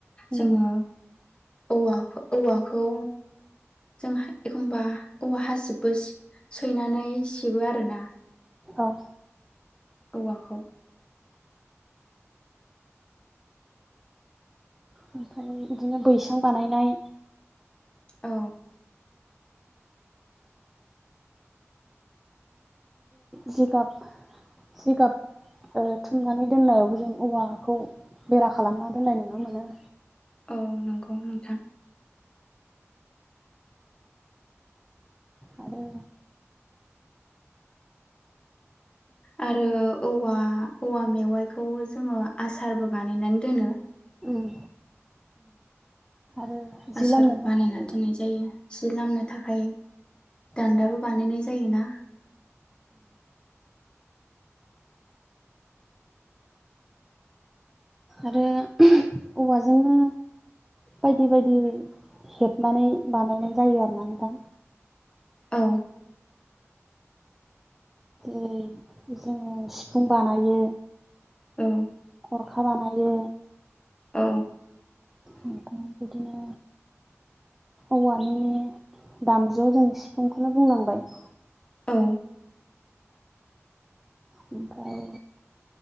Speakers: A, in the centre; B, on the left.
A: उम
B: जोङो औ औवाखौ जों एखम्बा औवा हासिबबो सैनानै सिबो आरोना।
A: औ।
B: औवाखौ
A: ओमफ्राय बिदिनो बैसां बानायनाय।
B: औ।
A: जिगाब जिगाप थुमनानै दोननायावबो जों औवाखौ बेरा खालामना दोननाय नुनो मोनो।
B: औ नंगौ नोंथां।
A: आरो।
B: आरो औवा औवा मेवाइखौ जोङो आसारबो बानायनानै दोनो।
A: उम। आरो जि
B: आसार
A: लामनो थाखाय
B: बानायना दोननाय जायो जि लामनो थाखाय। दान्दाबो
A: औवा
B: बानायनाय जायोना
A: आरो औवाजोंनो। बायदि बायदि हेबनानै बानायनाय जायो आरोना नोंथां।
B: औ
A: ओै जोङो सिफुं बानायो
B: औ।
A: हरखा बानायो।
B: औ
A: नोंथां बिदिनो। औवानि दामजुआव जों सिफुंखौनो बुंलांबाय।
B: औ
A: ओमफ्राय